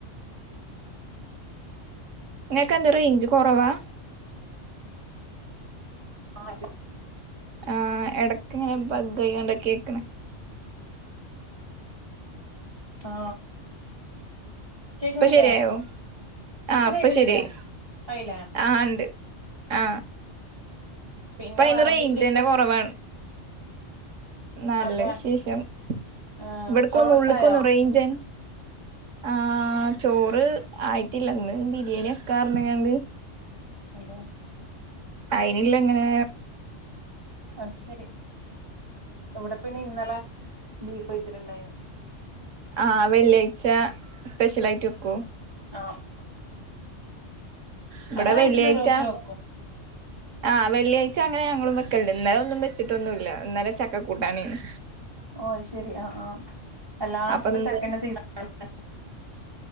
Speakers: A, on the right; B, on the right.
A: നിങ്ങക്ക് എന്താ റേഞ്ച് കൊറവാ
B: <inaudible>
A: ആ എടക്ക് ഇങ്ങനെ ബഗ്ഗ് ആയാണ്ട കേക്ണെ
B: ആ കേക്കുന്നില്ലേ
A: ഇപ്പ ശരിയയോ ആ
B: ഇപ്പം
A: ഇപ്പ
B: കേക്കുന്നില്ലേ
A: ശരിയായി
B: ആയില്ലേ
A: ആ ആ ഉണ്ട് ആ
B: പിന്നെ
A: ഇപ്പയ്ന്
B: വേറെന്താ
A: റൈഞ്ചെന്നെ
B: വിശേഷം
A: കൊറവാണ്. നല്ല
B: അതെ
A: വിശേഷം
B: ആ
A: ഇവട്ക്കൊന്നു
B: ചോറൊക്കായോ
A: ഉള്ള്ക്കൊന്നു റൈഞ്ചെൻ ആഹ് ചോറ് ആയിട്ടില്ല ഇന്ന് ബിരിയാണി വെക്കാർഞ്ഞ്ങ്ങാണ്ട്
B: അല്ലെ
A: അയ്നില്ലങ്ങനെ
B: അത് ശെരി ഇവടെപ്പയ്ന് ഇന്നലെ ബീഫ് വെച്ചിട്ടുണ്ടായിനു.
A: ആഹ് വെള്ളിയാഴ്ച സ്പെഷ്യലായിട്ട് വെക്കോ?
B: ആഹ്
A: ഇബടെ
B: അത് ആഴ്ചയിൽ
A: വെള്ളിയാഴ്ച
B: ഒരു ദിവസേ വെക്കും
A: ആഹ് വെള്ളിയായ് ച്ച അങ്ങനെ ഞങ്ങളും വെക്കലണ്ട് ഇന്നലെ ഒന്നും വെച്ചിട്ടൊന്നുല്ല ഇന്നലെ ചക്ക കൂട്ടാനേനു.
B: ഓയ് അഅ് ശെരി ആഹ് ആഹ് എല്ലാട്ത്തുപ്പ
A: അപ്പൊ ഇന്ന്
B: ചക്കന്റെ സീസ <unintelligible>